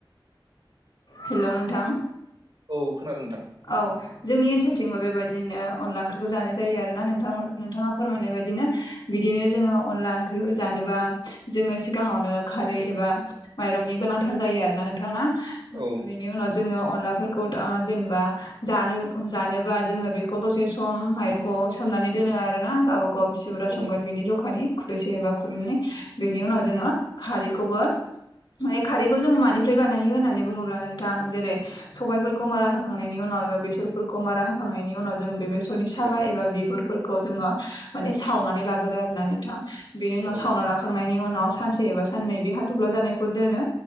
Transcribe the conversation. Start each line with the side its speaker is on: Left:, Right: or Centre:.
Left: हेल' नोंथां।
Right: औ खोनादों नोथां।
Left: औ जोंनि ओनसोलथिंबो बेबायदिनो अनला ओंख्रिखौ जानाय जायो आरो ना नोंथांमोन नोंथाङा फोरमायनाय बायदिनो बिदिनो जोङो अनला ओंख्रिबो जानोबा जोङो सिगाङावनो खारै एबा माइरंनि गोनांथार जायो आरोोना नोंथां
Right: औ
Left: बेनि उनाव जोङो अनलाफोरखौ जेनेबा जानो जानोबा जोङो बेखौ दसे सम माइरंखौ सोमनानै दोनो आरोना गावबा गाव बिसि बुराजा
Right: औ
Left: संगोन बिनि जखानि खुरैसे एबा खुरैै बेनि उनाव जोङो खारैखौबो माने खारैखौ जोङो मानिफ्राय बानायो होननानै बुङोब्ला नोंथां जेरै सबायफोरखौ मारा होखांनाय उनाव एबा बेसरफोरखौ मारा होखांनायनि उनाव जों बेसरनि सा
Right: औ
Left: एबा बिगुर फोर जोङो माने सावनानै लागोरो आरोोना नोंथां बेनि उनाव
Right: औ
Left: सावना ला खांनायनि उनाव सानसे एबा साननै बे हाथफ्ला जानायखौ दोनो